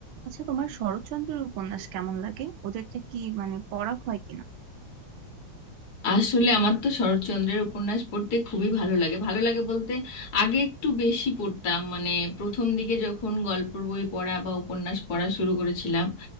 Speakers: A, on the right (about 75°); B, on the left (about 50°).
A: আচ্ছা তোমার শরৎচন্দ্রের উপন্যাস কেমন লাগে ওদেরটা কি মানে পড়া হয় কিনা
B: আসলে আমার তো শরৎচন্দ্রের উপন্যাস পড়তে খুবই ভালো লাগে ভালো লাগে বলতে আগে একটু বেশি পড়তাম মানে প্রথম দিকে যখন গল্পের বই পড়া বা উপন্যাস পড়া শুরু করেছিলাম